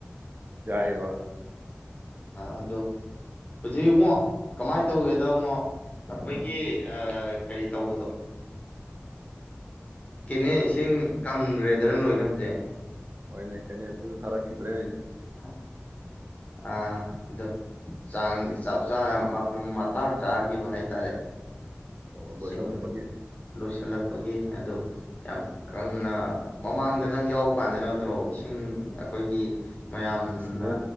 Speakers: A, on the right; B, on the left.
A: ꯌꯥꯏꯦꯕ
B: ꯑꯗꯣ ꯍꯧꯖꯤꯛꯉꯛ ꯀꯃꯥꯏꯅ ꯇꯧꯒꯦꯗꯉꯣ ꯑꯩꯈꯣꯏꯒꯤ ꯀꯔꯤ ꯇꯧꯕꯗꯣ ꯀꯦꯅꯦ ꯏꯁꯤꯡ ꯀꯪꯈ꯭ꯔꯦꯗꯅ ꯂꯣꯏꯅ ꯍꯧꯖꯤꯛ
A: ꯍꯣꯏꯅꯦ ꯀꯩꯅ ꯊꯔꯛ ꯈꯗ꯭ꯔꯦ
B: ꯑ ꯑꯣ ꯆꯥꯡꯗꯤ ꯆꯞ ꯆꯥꯅ ꯇꯥꯡ ꯆꯥꯈꯤꯕ ꯍꯥꯏꯇꯥꯔꯦ
A: ꯑꯣ ꯂꯣꯏꯁꯤꯜꯂꯛꯄꯒꯤ
B: ꯁꯤꯡ ꯂꯣꯏꯁꯤꯜꯂꯛꯄꯒꯤ ꯑꯗꯨ ꯌꯥꯝ ꯀꯪꯅ ꯃꯃꯥꯡꯗ ꯅꯪ ꯌꯥꯎꯕ ꯀꯥꯟꯗ ꯅꯠꯇ꯭ꯔꯣ ꯏꯁꯤꯡ ꯑꯩꯈꯣꯏꯒꯤ ꯃꯌꯥꯝꯅ
A: ꯅꯣꯏ